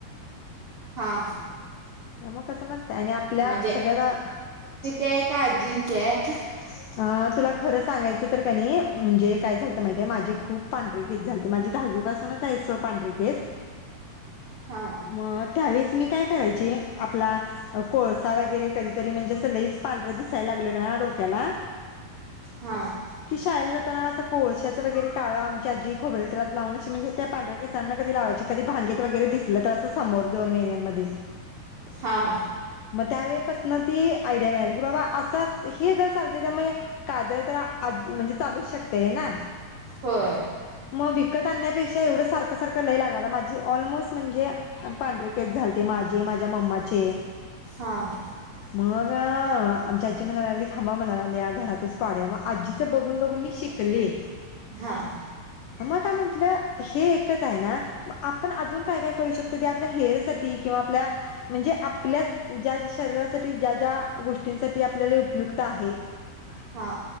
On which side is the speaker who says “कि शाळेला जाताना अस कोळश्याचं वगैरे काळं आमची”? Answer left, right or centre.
Left